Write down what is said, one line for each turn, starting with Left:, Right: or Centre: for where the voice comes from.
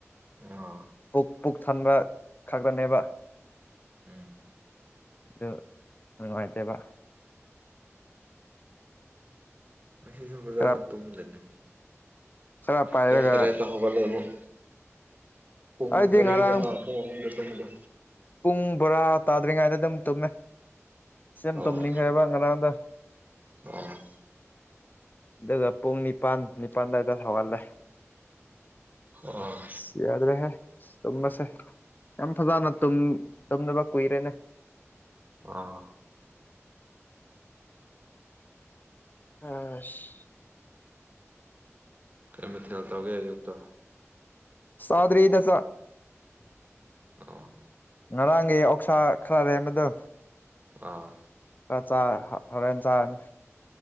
Right: ꯑꯥ
Left: ꯄꯨꯛ ꯄꯨꯛ ꯊꯟꯕ ꯈꯛꯇꯅꯦꯕ
Right: ꯎꯝ
Left: ꯑꯗꯨ ꯅꯨꯡꯉꯥꯏꯇꯦꯕ
Right: ꯉꯥꯁꯤꯁꯨ ꯐꯖꯅꯥ
Left: ꯈꯔ
Right: ꯇꯨꯝꯗ꯭ꯔꯦꯅꯦ
Left: ꯈꯔ ꯄꯥꯏꯔꯒ
Right: ꯄꯨꯡ ꯇꯔꯦꯠꯇ ꯍꯧ ꯍꯧꯒꯠꯂꯦ ꯑꯃꯨꯛ ꯄꯨꯡ
Left: ꯑꯩꯗꯤ
Right: ꯃꯔꯤꯗ
Left: ꯉꯔꯥꯡ
Right: ꯄꯨꯡ ꯑꯍꯨꯝꯗ ꯇꯨꯝꯕꯗꯣ
Left: ꯄꯨꯡ ꯕꯥꯔꯣ ꯇꯥꯗ꯭ꯔꯤꯉꯩꯗ ꯑꯗꯨꯝ ꯇꯨꯝꯃꯦ ꯁꯤ ꯌꯥꯝ
Right: ꯑꯣ
Left: ꯇꯨꯝꯅꯤꯡꯈ꯭ꯔꯦꯕ ꯉꯔꯥꯡꯗꯣ
Right: ꯑꯣ
Left: ꯑꯗꯨꯒ ꯄꯨꯡ ꯅꯤꯄꯜ ꯅꯤꯄꯜ ꯑꯗꯨꯋꯥꯏꯗ ꯍꯧꯒꯠꯂꯦ
Right: ꯑꯣ
Left: ꯑꯁ ꯌꯥꯗ꯭ꯔꯦꯍꯦ ꯑꯁ ꯇꯨꯝꯕꯁꯦ ꯌꯥꯝ ꯐꯖꯅ ꯇꯨꯝ ꯇꯨꯝꯗꯕ ꯀꯨꯏꯔꯦꯅꯦ
Right: ꯑꯥ
Left: ꯑꯁ
Right: ꯀꯩ ꯃꯊꯦꯜ ꯇꯧꯒꯦ ꯑꯌꯨꯛꯇ
Left: ꯆꯥꯗ꯭ꯔꯤꯗ ꯆꯥꯛ
Right: ꯑꯣ
Left: ꯉꯔꯥꯡꯒꯤ ꯑꯣꯛꯁꯥ ꯈꯔ ꯂꯦꯝꯕꯗꯨ
Right: ꯑꯥ
Left: ꯔ ꯆꯥꯔ ꯍꯣꯔꯦꯟ ꯆꯥꯔꯅꯤ